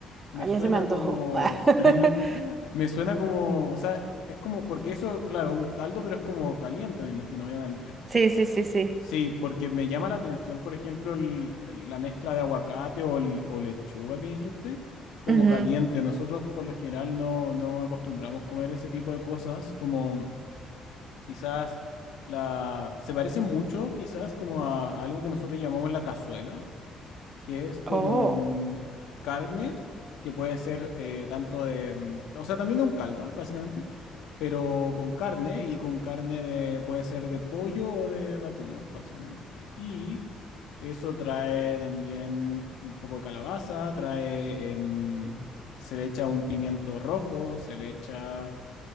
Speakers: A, on the left; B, on the right.
A: Me
B: Ah, ya
A: suena
B: se me antojó.
A: como.
B: <laughs>
A: <laughs> Me suena como. O sea, es como. Porque eso, claro, un caldo, pero es como caliente, me imagino, obviamente.
B: Sí, sí, sí, sí.
A: Sí, porque me llama la atención, por ejemplo, el- el- la mezcla de aguacate o, el- o lechuga que dijiste, como
B: Ujú.
A: caliente. Nosotros, por lo general, no, no acostumbramos comer ese tipo de cosas, como quizás. La, se parece mucho quizás como a a algo que nosotros llamamos la cazuela, que es como
B: Oh,
A: mm, carne, que puede ser eh, tanto de, mm, o sea, también de un caldo, básicamente, pero con carne y con carne de, puede ser de pollo o de vacuno, básicamente. Y eso trae también un poco de calabaza, trae, em, se le echa un pimiento rojo, se le echa